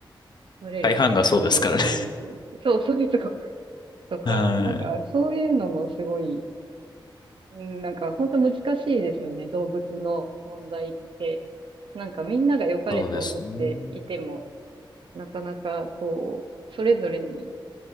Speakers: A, on the right (about 80°); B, on the left (about 55°).
A: 取れる人ほとんどいないし。
B: 大半がそうですからね。
A: そうそうそう。とか、
B: はい。
A: なんか、そういうのもすごい、うん、なんか、本当難しいですよね、動物の問題って。なんか、みんなが良かれと思っていても、
B: そうですね。
A: なかなか、こう、それぞれに